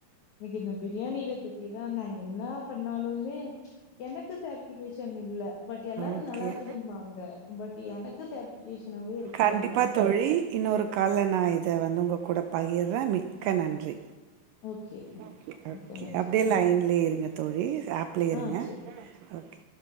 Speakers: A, on the left (about 55°); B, on the right (about 85°).
A: நிக்கி இந்த பிரியாணில கு இதான்தா என்னா பண்ணாலுமே எனக்கு சேட்டிக்ஃபியேஷன் இல்ல பட் எல்லாரு
B: ஓகே
A: நல்லாருக்குதும்பாங்க பட் எனக்கு சேட்டிஃபிகேஷனாவே இருக்காதுங்க
B: கண்டிப்பா தோழி இன்னொரு கால்ல நா இத வந்து உங்க கூட பகிர்றே மிக்க நன்றி
A: ஓகே
B: ஓகே ஓகே
A: மிக்க நன்றி
B: அப்டியே லைன்லியே இருங்க தோழி ஆப் ப்லேயேருங்க
A: ஆ செரி
B: ஓகே